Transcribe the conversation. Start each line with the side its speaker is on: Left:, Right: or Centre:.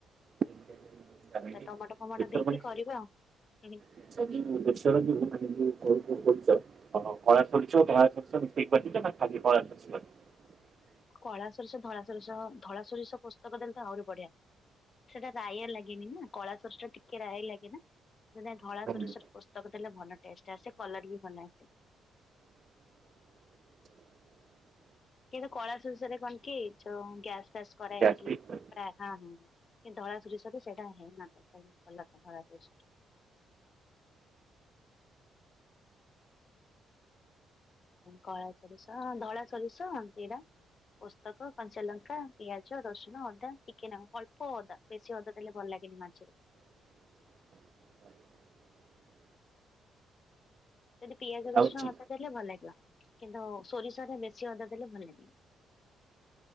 Right: ଦେଶର
Left: ଟମାଟୋ ଫମାଟୋ ଦେଇକି
Right: ମାନେ
Left: କରିବେ ଆଉ।
Right: <inaudible> <inaudible> <unintelligible>
Left: କଳା ସୋରିଷ ଧଳା ସରିଷ ଧଳା ସୋରିଷ ପୁସ୍ତକ ଦେଲେ ତ ଆହୁରି ବଢିଆ। ସେଟା ରାୟା ଲାଗେନି ନା କଳା ସୋରିଷ ଟା ଟିକେ ରାୟ ଲାଗେ ନାଁ। ଧଳା
Right: ବାଟିଛ?
Left: ସୋରିଷ ପୁସ୍ତକ ଦେଲେ ଭଲ ଟେଷ୍ଟ ଆସେ କଲର ବି ଭଲ ଆସେ।
Right: <unintelligible>
Left: କିନ୍ତୁ କଳା ସୋରିଷ କଣ କି ଗ୍ୟାସ ଫ୍ୟାସ କରାଏନି
Right: ଗ୍ୟାଷ୍ଟ୍ରିକ୍ ପାଇଁ
Left: ପ୍ରାୟ ହଁ ହଁ। କିନ୍ତୁ ଧଳା ସୋରିଷ ତ ସେଇଟା ହେଇନା ଭଲ ଧଳା ସୋରିଷ ଟା। କଳା ସୋରିଷ ଧଳା ସୋରିଷ ଏଟା। ପୋସ୍ତକ କଞ୍ଚାଲଙ୍କା ପିଆଜ ରସୁଣ ଅଦା ଚିକେନ ଅଳ୍ପ ଅଦା ବେଶୀ ଅଦା ଦେଲେ ଭଲ ଲାଗି ନିରିମାଞ୍ଚରେ।
Right: <inaudible>
Left: ଯଦି ପିଆଜ ରସୁଣ
Right: ଆଉ ଚି
Left: ଅଦା ଦେଲେ ଭଲ ଲା କିନ୍ତୁ ସୋରିଷରେ ବେଶୀ ଅଦା ଦେଲେ ଭଲ ଲାଗେନି।